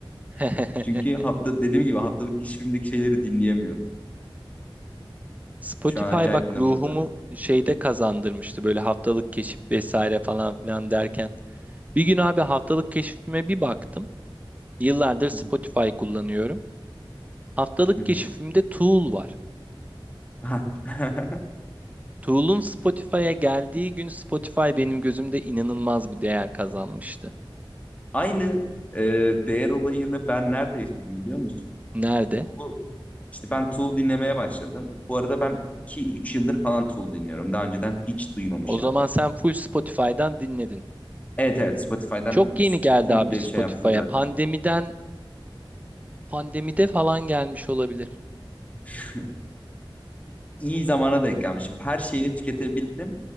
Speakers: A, on the right; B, on the left.
A: <laughs>
B: <laughs> Çünkü hafta dediğim gibi haftalık işimdeki şeyleri dinleyemiyorum.
A: Spotify
B: Şu an acayip
A: bak
B: bir noktada.
A: ruhumu şeyde kazandırmıştı böyle haftalık keşif vesaire falan filan derken. Bir gün abi haftalık keşfime bir baktım. Yıllardır Spotify
B: Hı
A: kullanıyorum. Haftalık
B: hı. Hı
A: keşifimde
B: hı.
A: Tool var.
B: <laughs>
A: Tool'un Spotify'a geldiği gün Spotify benim gözümde inanılmaz bir değer kazanmıştı.
B: Aynı e, değer olayını ben nerede yaşadım biliyor musun?
A: Nerede?
B: Tool'u, işte ben Tool dinlemeye başladım. Bu arada ben iki üç yıldır falan Tool dinliyorum. Daha önceden hiç duymamışım.
A: O zaman sen full Spotify'dan dinledin.
B: Evet evet Spotify'dan
A: Çok yeni geldi
B: komple
A: abi Spotify'a.
B: bir şey yaptım zaten.
A: Pandemiden, pandemide falan gelmiş olabilir.
B: <laughs> iyi zamana denk gelmişim. Her şeyini tüketebildim.